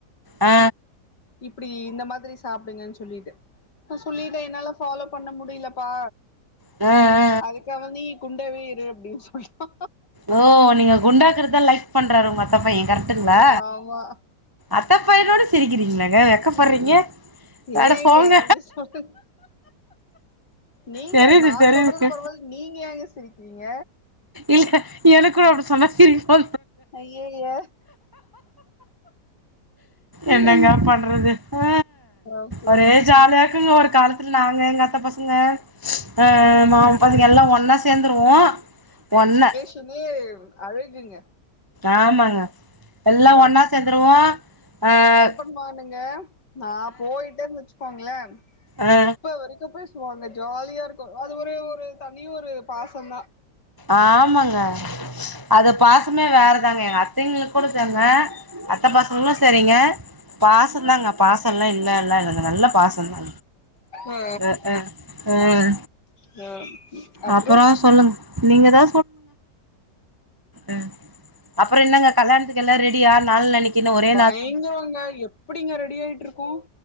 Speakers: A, on the right; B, on the left.
A: ஆ
B: இப்டி இந்த மாதிரி சாப்பிடுங்கன்னு சொல்லிட்டு நா சொல்லிட்ட என்னால ஃபாலோ பண்ண முடிலப்பா
A: அ அ
B: அதுக்கு அவ நீ குண்டாவே இரு அப்டின்னு சொல்லிட்டா
A: ஓ நீங்க குண்டாக்கறத லைக் பண்றாரு உங்க அத்தப்பைய கரெக்டுங்களா
B: ஆமா
A: அத்தப்பையனோட சிரிக்கிறீங்களங்க வெக்கப்படுறீங்க
B: ம்
A: அட
B: ஏங்க
A: போங்க
B: அப்டி சொல் நீங்க
A: தெரியுது
B: நா
A: தெரியுது
B: சொல்றது பரவால நீங்க ஏங்க சிரிக்கிறீங்க
A: இல்ல எனக்கும் அப்டி சொன்னா திரி போ
B: ஐய்ய்ய
A: என்னங்க
B: அ
A: பண்றது ஹ
B: அப்றோ
A: ஒரே ஜாலியாக்குங்க ஒரு காலத்துல நாங்க எங்க அத்த பசங்க ஆஹ
B: அ
A: மா பாதிங்க எல்லா ஒன்னா சேர்ந்தருவோ ஒன்ன
B: தனி அழகுங்க
A: ஆமாங்க எல்லா
B: ஒரு
A: ஒன்னா சேந்துருவோ அஹ்
B: மானுங்க நா போயிட்டேன்னு வச்சுக்கோங்கள
A: ஆ
B: இப்ப வரைக்கும் போய் ஹோ அங்க ஜாலியா இருக்கு அது ஒரு ஒரு தனிய ஒரு பாச தா
A: ஆமாங்க அது பாசமே வேற தாங்க ங்க அத்தைங்களுக்கு கூட சங்க அத்த பசங்களு சரிங்க பாச தாங்க பாச எல்லா இல்ல இல்ல இல்ல நல்ல பாசம்தா
B: ஆ
A: அ ஆ உஹ
B: ஆ அப்புறோ
A: அப்பற சொல்லுங்க நீங்கதா ம் அப்பறோ என்னங்க கல்யாணத்துக்கு எல்லா ரெடியா நாள் நெருங்கி இன்னு ஒரே
B: பயங்கரோங்க எப்டிங்க ரெடி ஆயிட்டு இருக்கோ